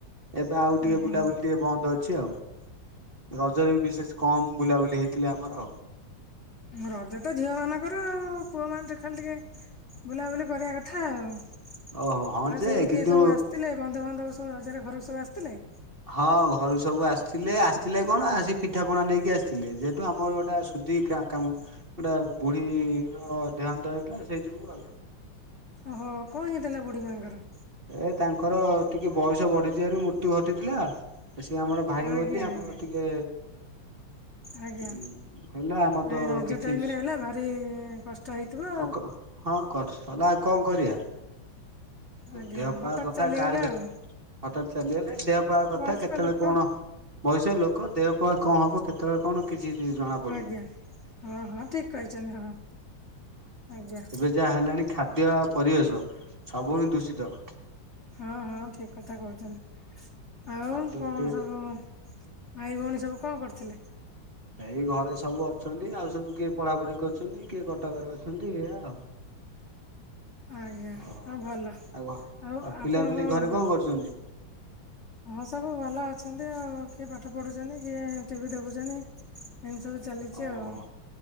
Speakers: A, on the right (about 30°); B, on the left (about 35°).
A: ଏବେ ଆଉ
B: ଓହୋ
A: ଟିକେ ବୁଲାବୁଲି ଟିକେ ବନ୍ଦ ଅଛି ଆଉ। ରଜରେ ବି ବିଶେଷ କମ ବୁଲାବୁଲି ହେଇଥିଲେ ଆମର
B: ରଜ ତ ଝିଅ ମାନଙ୍କର ଆଉ ପୁଅ ମାନ ଟେ ଖାଲି ଟିକେ ବୁଲାବୁଲି କରିବା କଥା ଆଉ। ଆଉ
A: ଓହୋ ହଁ ଯେ
B: ସବୁ
A: କିନ୍ତୁ
B: କିଏ ସବୁ ଆସିଥିଲେ? ବନ୍ଧୁବାନ୍ଧବ ସବୁ ରଜ ରେ ଘରକୁ ସବୁ ଆସିଥିଲେ?
A: ହଁ ଘରୁ ସବୁ ଆସିଥିଲେ ଆସିଥିଲେ କଣ ଆସି ପିଠା ପଣା ନେଇକି ଆସିଥିଲେ ଯେହେତୁ ଆମର ଗୋଟା ଶୁଦ୍ଧି କାମ ଗୋଟେ ବୁଢ଼ୀର ଦେହାନ୍ତ ହେଇଥିଲା ସେଇ ଯୋଗୁଁ ଆଉ
B: ଓହୋ କଣ ହେଇଥିଲା ବୁଢୀ ମାଙ୍କର?
A: ଏ ତାଙ୍କର ଟିକେ ବୟସ ବଢି ଥିବାରୁ ମୃତ୍ୟୁ ଘଟିଥିଲା। ସି ଆମର ଭାଇ
B: ଆଜ୍ଞା
A: ବୋଲି ଆମର
B: ଆଜ୍ଞା
A: ଟିକେ
B: ଆଜ୍ଞା
A: ହଁ ହେଲା ଆମର
B: ଆଉ
A: ତ
B: ରଜ
A: କିଛି
B: ଟାଇମ ରେ ହେଲା ଭାରି କଷ୍ଟ ହେଇଥିବ ଆଉ।
A: ହଁ କରଲା ଆଉ କଣ କରିବା?
B: ଆଜ୍ଞା
A: ଦେହପାହ
B: ହଠାତ୍
A: କଥା
B: ଚାଲିଗଲେ
A: କାହାର କେ
B: ଆଉ
A: ହଠାତ୍ ଚାଲିଗଲେ ଦେହପାହ କଥା
B: ବୟସ୍କ
A: କେତେବେଳେ
B: ଲୋକ
A: କଣ ବୟସ ଲୋକ ଦେହପାହ କଣ ହବ କେତେ କେତେବେଳେ କଣ କିଛି ଜଣାପଡ଼ୁନି।
B: ଆଜ୍ଞା ହଁ ହଁ ଠିକ କହିଛନ୍ତି ହଁ ଆଜ୍ଞା।
A: ଏବେ ଯାହା ହେଲାଣି ଖାଦ୍ୟ ଆଉ ପରିବେଶ ସବୁ ହିଁ ଦୂଷିତ।
B: ହଁ ହଁ ଠିକ କଥା କହୁଛନ୍ତି ଆଉ
A: ତ
B: କଣ
A: ଏଠି
B: ସବୁ ଭାଇ ଭଉଣୀ ସବୁ କଣ କରିଥିଲେ?
A: ଏଇ ଘରେ ସବୁ ଅଛନ୍ତି ଆଉ ସବୁ କିଏ ପଢାପଢି କରୁଛନ୍ତି କିଏ କଟକରେ ଅଛନ୍ତି ଏଇଆ ଆଉ।
B: ଆଜ୍ଞା
A: ଓହୋ
B: ହଁ ଭଲ
A: ଆଉ
B: ଆଉ
A: ପିଲାପିଲି
B: ଆପଣ କଣ?
A: ଘରେ କରୁଛନ୍ତି।
B: ହଁ ସବୁ ଭଲ ଅଛନ୍ତି ଆଉ କିଏ ପାଠ ପଢୁଛନ୍ତି କିଏ ଟିଭି ଦେଖୁଛନ୍ତି। ଇଣ୍ଟି ସବୁ ଚାଲିଛି
A: ଓହୋ
B: ଆଉ।